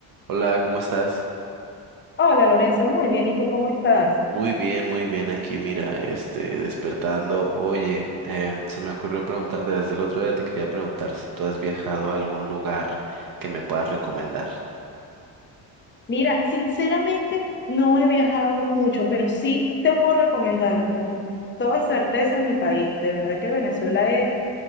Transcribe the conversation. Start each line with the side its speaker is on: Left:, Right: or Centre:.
Right: Hola, ¿cómo estás?
Left: Hola Lorenzo, muy bien. ¿Y tú cómo estás?
Right: Muy bien, muy bien aquí, mira, este, despertando. Oye, em, se me ocurrió preguntarte desde el otro día, te quería preguntar si tú has viajado a algún lugar que me puedas recomendar.
Left: Mira, sinceramente no he viajado mucho, pero sí te puedo recomendar con toda certeza mi país. De verdad que Venezuela es